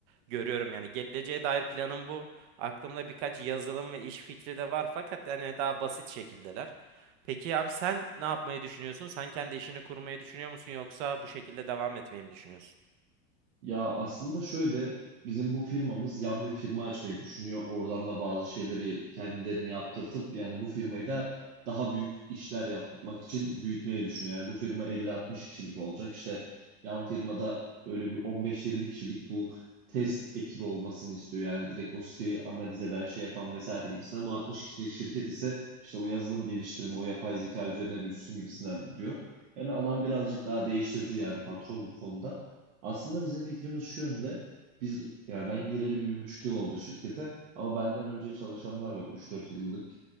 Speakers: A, on the right; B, on the right.
A: görüyorum. Yani geleceğe dair planım bu. Aklımda birkaç yazılım ve iş fikri de var fakat hani daha basit şekildeler. Peki abi sen ne yapmayı düşünüyorsun? Sen kendi işini kurmayı düşünüyor musun yoksa bu şekilde devam etmeyi mi düşünüyorsun?
B: Ya aslında şöyle bizim bu firmamız yan bir firma açmayı düşünüyor. Oradan da bazı şeyleri kendilerini yaptırtıp yani bu firmayı da daha büyük işler yapmak için büyütmeyi düşünüyor. Yani bu firma elli altmış kişilik olacak. İşte yan firmada böyle bir on beş 20 kişilik bu test ekibi olmasını istiyor. Yani direkt o siteyi analiz eden, şey yapan vesaire gibisinden. Bu 60 kişilik şirket ise işte o yazılım geliştirme, o yapay zeka üzerine düşsün gibisinden diyor. Yani alan birazcık daha değiştirdi yani patron bu konuda. Aslında bizim fikrimiz şu yönde. Biz yani ben gireli bir, bir buçuk yıl oldu şirkete ama benden önce çalışanlar var. üç dört yıllık